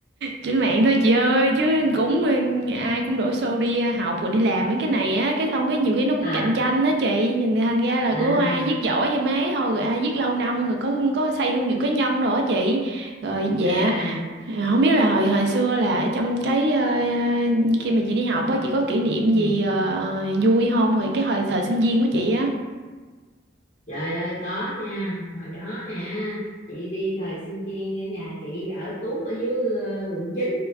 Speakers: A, on the right (about 55°); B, on the left (about 40°).
A: trên mạng thôi chị ơi chứ cũng ờ, ai cũng đổ xô đi ờ, học rồi đi làm mấy cái này á cái xong cái nhiều khi nó cũng
B: à
A: cạnh tranh đó chị nhìn thành ra là
B: à
A: cứ ai viết giỏi thì mấy thôi rồi ai viết lâu năm rồi có có xây hương những cái nhân đồ á chị rồi dạ
B: à
A: à, không biết là hồi hồi xưa là ở trong cái ờ, khi mà chị đi học á chị có kỷ niệm
B: ừ.
A: gì ờ, vui không rồi cái hồi thời sinh viên của chị á
B: Trời ơi có nha Hồi đó hả Chị đi thời sinh viên ở nhà chị ở tuốt ở dưới ờ, quận chín